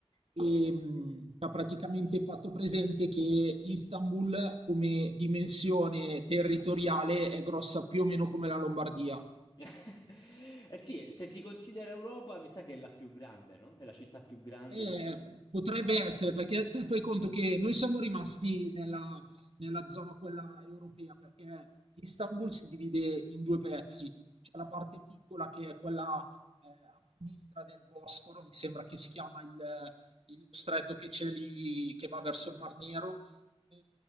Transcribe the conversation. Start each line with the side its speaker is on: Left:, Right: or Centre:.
Right: e mh, ci ha praticamente fatto presente che Istanbul come dimensione territoriale è grossa più o meno come la Lombardia.
Left: <laughs> eh sì, se si considera Europa, mi sa che è la più grande, no? È la città più grande
Right: Eh,
Left: d'Europa.
Right: potrebbe essere, perché tu fai conto che noi siamo rimasti nella, nella zona quella europea, perché Istanbul si divide in due pezzi. C'è la parte piccola che è quella eh, a sinistra del Bosforo, mi sembra che si chiama il, il stretto che c'è lì, che va verso il Mar Nero, e